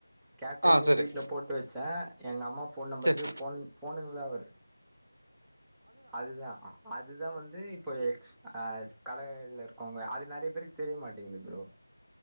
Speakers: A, in the centre; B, on the right.
A: கேட்ரிங்னு
B: ஆ சரி
A: வீட்ல போட்டு வச்சே எங்க அம்மா ஃபோன் நம்பருக்கு
B: சரி
A: ஃபோன் ஃபோனுங்களா வருது அதுதா அதுதா வந்து இப்போ எக்ஸ் அ கடலே இருக்கோங்க அது நெறைய பேருக்கு தெரியமாட்டேங்குது ப்ரோ